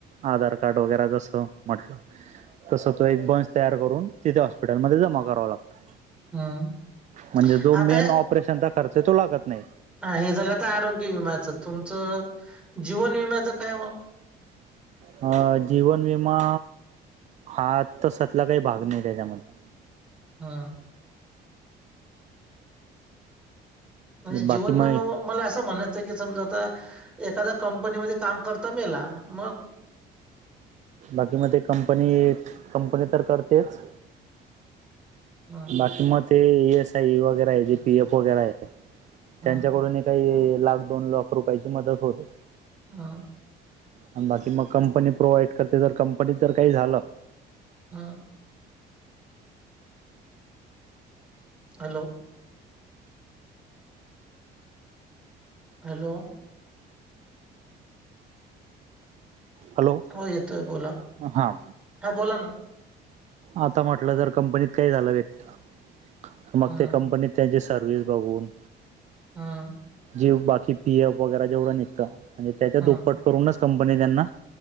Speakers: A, on the right; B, in the centre.
A: आधार कार्ड वगैरे जसं म्हटल तस तो एक बंच तयार करून तिथे हॉस्पिटलमध्ये जमा करावा लागतो.
B: हं.
A: म्हणजे जो मेन
B: आता
A: ऑपरेशनचा खर्च तो लागत नाही.
B: हा हे झालं तर आरोग्य विम्याचं, तुमचं जीवन विम्याचं काय मग.
A: हा.. जीवन विमा. हा तशातला काही भाग नाही तेच्यामध्ये.
B: हा. म्हणजे जीवन
A: बाकी मग
B: विमा मला असं म्हणायचं की समजा आता एखाद्या कंपनीमध्ये काम करताना मेला मग
A: बाकी मग ते कंपनी, कंपनी तर करतेच.
B: हं,
A: बाकी मग ते‌ इ एस आय वगैरे आहे. जे पी एफ वगैरे आहे
B: हं,
A: त्यांच्याकडून एक काही लाख दोन लाख रुपयांची मदत होते.
B: हा.
A: आणि बाकी मग कंपनी प्रोव्हाइड करते. तर कंपनीत तर काही झालं.
B: हा. हॅलो. हॅलो.
A: हॅलो
B: हो येतोय बोला,
A: हां
B: हा बोला ना.
A: आता म्हटल जर कंपनीत काही झाल व्यक्तीला मग
B: हं,
A: ते कंपनीत त्यांची सर्व्हिस बघून
B: हा.
A: जीव बाकी पी एफ वगैरे जेवढं निघतं. म्हणजे त्यांच्या
B: हं.
A: दुप्पट. करूनच कंपनी त्यांना